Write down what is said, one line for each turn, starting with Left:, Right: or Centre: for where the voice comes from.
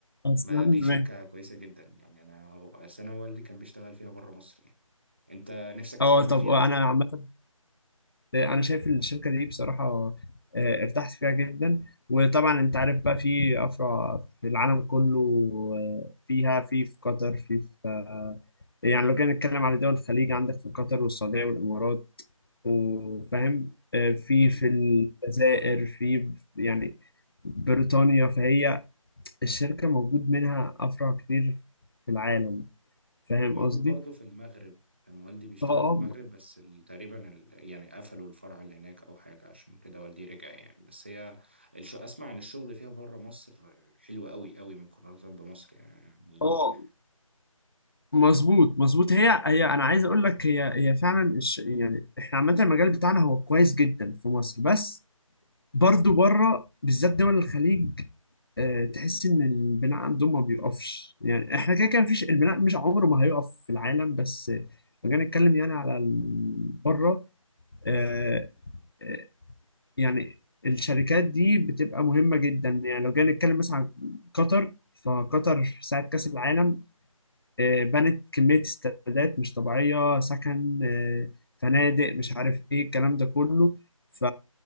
Left: اصلا
Right: ما دي
Left: ما-
Right: شركة كويسة جدا يعني انا أصل انا والدي كان بيشتغل فيها بره مصر يعني انت نفسك
Left: اه
Right: تكمل
Left: طب
Right: فيها
Left: انا عامه انا شايف الشركه دي بصراحه آه، ارتحت فيها جدا وطبعا انت عارف بقى في افرع في العالم كله آه، فيها في في قطر في في آه، يعني لو جينا نتكلم على دول الخليج عندك في قطر والسعوديه والامارات وفاهم آه، في
Right: امم
Left: في الجزائر في يعني بريطانيا فهي الشركة موجود منها أفرع كتير في العالم فاهم
Right: موجود
Left: قصدي؟
Right: برضو في المغرب كان والدي بيشتغل
Left: اه اه
Right: في المغرب بس ال- تقريبا ال... يعني قفلوا الفرع اللي هناك او حاجة عشان كده والدي رجع يعني بس هي الش... اسمع ان الشغل فيها بره مصر حلو قوي قوي مقارنة بمصر يعني
Left: آه، مظبوط مظبوط هي هي انا عايز اقول لك هي هي فعلا الش... يعني احنا عامه المجال بتاعنا هو كويس جدا في مصر بس برضو بره بالذات دول الخليج آه، تحس ان البناء عندهم ما بيقفش يعني احنا كده كده مفيش البناء مش عمره ما هيقف في العالم بس آه، لو جينا نتكلم يعني على ال- بره آه، آه، يعني الشركات دي بتبقى مهمة جدا يعني لو جينا نتكلم مثلا عن قطر فقطر في ساعة كأس العالم آه، بنت كمية استادات مش طبيعية سكن آه، فنادق مش عارف ايه الكلام ده كله ف